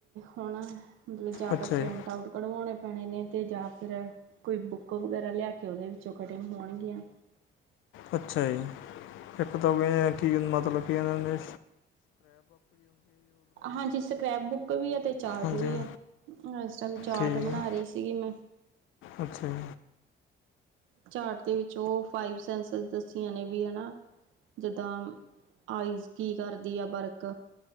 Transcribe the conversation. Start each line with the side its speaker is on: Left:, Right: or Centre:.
Right: ਹੁ ਮਤਲਬ ਜਾਅਦਾ
Left: ਅੱਛਾ
Right: ਪਰਿੰਟ
Left: ਜੀ
Right: ਆਊਟ ਕਢਵੋਣੇ ਪੈਨੇ ਨੇ ਤੇ ਯਾਂ ਫੇਰ ਕੋਈ ਬੁੱਕ ਵਗੈਰਾ ਲਿਆ ਕੇ ਓਦੇ ਵਿੱਚੋਂ ਕਟਿੰਗ ਹੋਨਗੀਆਂ।
Left: ਅੱਛਾ ਜੀ, ਇੱਕ ਤਾਂ ਮੈਂ ਕੀ ਮਤਲਬ ਕੀ ਏਨਾਂ ਦੇ
Right: ਹਾਂਜੀ ਸਕਰੈਪ ਬੁੱਕ ਵੀ ਆ ਤੇ ਚਾਟ
Left: ਹਾਂਜੀ
Right: ਵੀ ਆ‌। ਇਸ ਟੈਮ ਚਰਟ
Left: ਠੀਕ
Right: ਬਣਾ
Left: ਹੈ
Right: ਰਈ ਸੀਗੀ ਮੈਂ।
Left: ਅੱਛਾ ਜੀ।
Right: ਚਾਟ ਦੇ ਵਿੱਚ ਓ ਫਾਈਵ ਸੈਂਸਿਸ ਦੱਸੀਆਂ ਨੇ ਵੀ ਹਨਾ। ਜਿੱਦਾਂ ਆਈਜ਼ ਕੀ ਕਰਦੀ ਆ ਵਰਕ